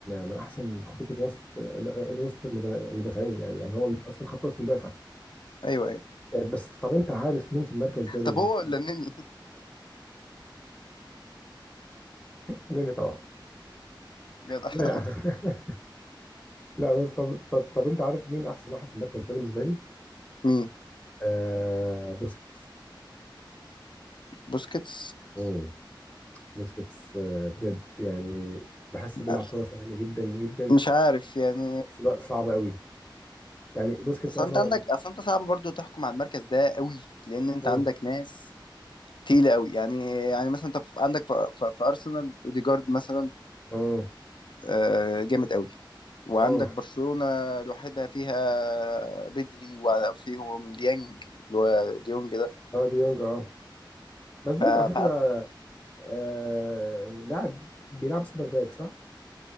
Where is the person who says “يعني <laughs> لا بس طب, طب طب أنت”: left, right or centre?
Left